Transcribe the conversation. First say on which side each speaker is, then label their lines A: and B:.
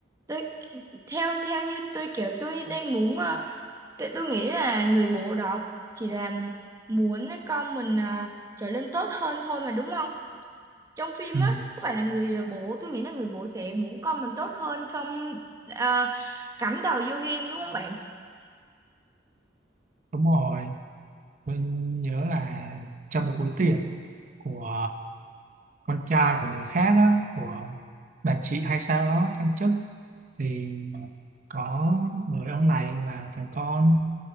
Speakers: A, on the right (about 20°); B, on the right (about 40°).
A: tôi theo theo như tôi kiểu tôi đang muốn ờ, tại tôi nghĩ là người bố đó chỉ là muốn con mình ờ, trở nên tốt hơn thôi mà đúng không trong phim
B: ừ,
A: á có phải là người bố tôi nghĩ là người bố sẽ muốn con mình tốt hơn không ờ, cắm đầu vô game đúng không bạn
B: đúng rồi tôi nhớ là trong một buổi tiệc của con trai của người khác đó của bà chị hay sao đó thăng chức thì có người ông này là thằng con